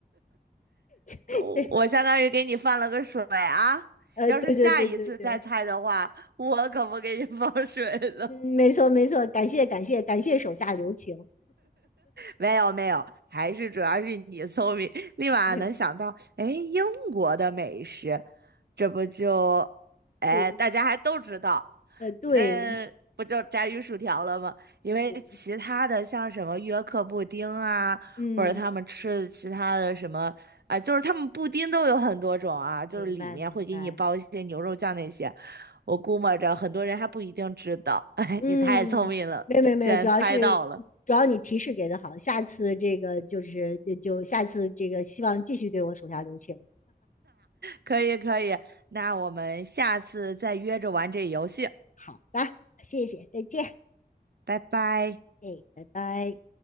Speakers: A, on the left; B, on the right.
A: <laughs>
B: 我我相当于给你放了个水啊。
A: 对，呃，
B: 要是下一次再猜的话，
A: 对对对对对，
B: 我可不给你放水了。
A: 嗯，没错没错，感谢感谢感谢手下留情，
B: 没有没有，还是主要是你聪明，立马能想到，
A: <laughs>
B: 哎，英国的美食，这不就，哎，
A: 对，
B: 大家还都知道，
A: 呃，对
B: 那不就炸鱼薯条了吗？因为其他的像什么约克布丁啊，
A: 对，嗯，
B: 或者他们吃的其他的什么，啊、就是他们布丁都有很多种啊，就是里面会给你包一些牛肉酱那些，
A: 明白明白，
B: 我估摸着很多人还不一定知道，<laughs> 哎，
A: 嗯，
B: 你太聪明了，
A: 没有没有没有，
B: 竟然猜到了。
A: 主要是主要你提示给的好，下次这个就是呃就下次这个希望继续对我手下留情，
B: 可以可以，那我们下次再约着玩这游戏，
A: 好的，谢谢，再见，
B: 拜拜。
A: 哎，拜拜。